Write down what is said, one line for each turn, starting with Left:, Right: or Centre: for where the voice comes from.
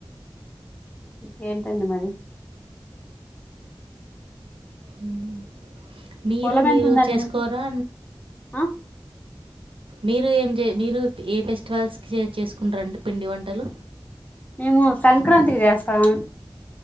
Left: ఇంకేంటండి మరి
Right: ఉమ్ మీరు
Left: పొలం
Right: మీరు
Left: ఎంత ఉందండి
Right: చేసుకోరా
Left: మీకు ఆ
Right: మీరు ఏం చే మీరు ఏ ఫెస్టివల్స్ కి చేసుకుంటారండి పిండి వంటలు
Left: మేము సంక్రాంతికి చేస్తాం